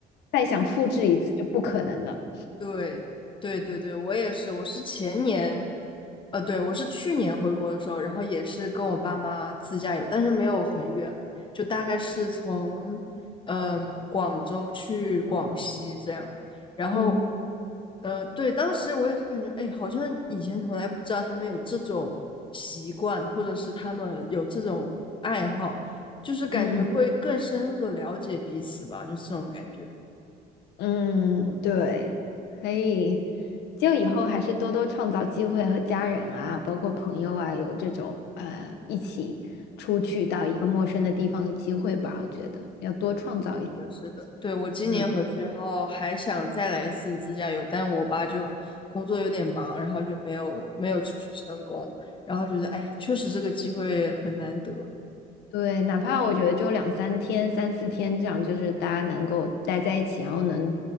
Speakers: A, on the left; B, on the left.
A: 再想复制一次就不可能了。
B: 对，对对对，我也是，我是前年，呃，对，我是去年回国的时候，然后也是跟我爸妈自驾游，但是没有很远，就大概是从嗯广州去广西这样，然后
A: 嗯
B: 呃，对，当时我也是感觉，哎，好像以前从来不知道他们有这种习惯，或者是他们有这种爱好，就是感觉会更深入的了解彼此吧，
A: 嗯。
B: 就是这种感觉。
A: 嗯，对，可以，就以后还是多多创造机会和家人啊，包括朋友啊，有这种呃一起出去到一个陌生的地方的机会吧。我觉得要多创造一些环境。
B: 是的，对，我今年回去，
A: 嗯，
B: 然后还想再来一次自驾游，但我爸就工作有点忙，然后就没有没有出去成功，然后觉得哎，确实这个机会很难得。
A: 对，哪怕我觉得就两三天、三四天这样，就是大家能够待在一起，然后能